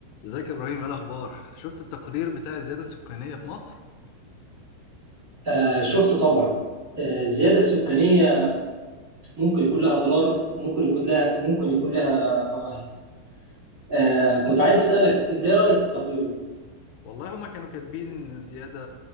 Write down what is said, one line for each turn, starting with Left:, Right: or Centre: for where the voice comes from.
Left: ازيك يا ابراهيم ايه الاخبار شفت التقرير بتاع الزياده السكانيه في مصر
Right: آه شفت طبعا آه الزيادة السكانية ممكن يكون لها أضرار وممكن يكون لها ممكن يكون لها فوائد آه كنت عايز أسألك أنت إيه رأيك في التقرير ده؟
Left: والله هما كانوا كاتبين ان الزياده